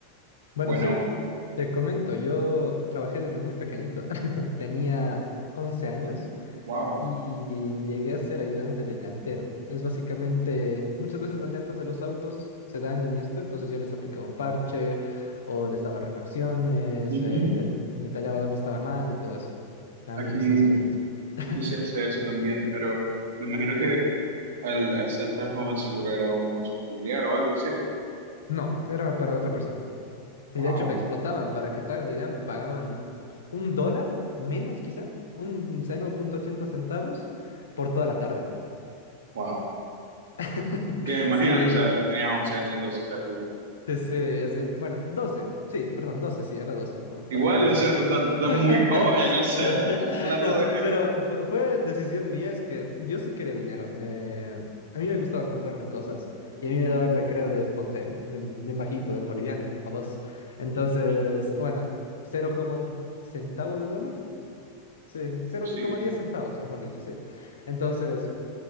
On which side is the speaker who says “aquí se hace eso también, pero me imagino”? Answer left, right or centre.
Right